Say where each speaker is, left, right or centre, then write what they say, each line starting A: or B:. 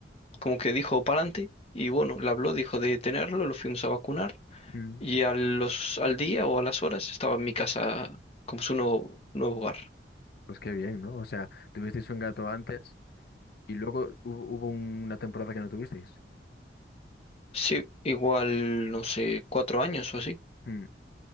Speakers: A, on the left; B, on the left.
A: como que dijo para adelante y bueno, le habló, dijo de tenerlo, lo fuimos a vacunar
B: mm,
A: y a los, al día o a las horas estaba en mi casa como su nuevo, nuevo hogar.
B: Pues qué bien, ¿no? O sea, tuvisteis un gato antes y luego hubo, hubo una temporada que no tuvisteis.
A: Sí, igual, no sé, cuatro años o así,
B: Mm,